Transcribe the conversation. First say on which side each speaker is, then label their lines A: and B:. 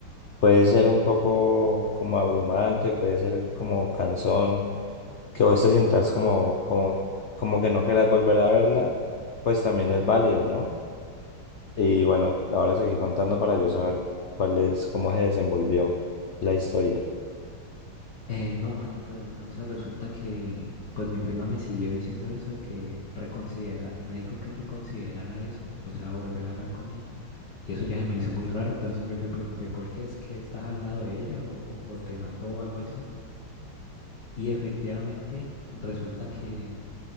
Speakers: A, on the left; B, on the left.
A: Puede ser un poco como abrumante, puede ser como cansón, que vos te sientas como, como, como que no querás volver a verla, pues también es válido, ¿no? Y bueno, ahora seguí contando para yo saber cuál es, cómo se desenvolvió la historia.
B: Eh, no, manito, entonces resulta que pues mi prima me siguió diciendo eso de que reconsidera, me dijo que reconsiderara eso, o sea, volver a hablar con ella. Y eso ya se me hizo muy raro, entonces yo le pregunté por qué es que estás al lado de ella o, o te mandó o algo así. Y efectivamente resulta que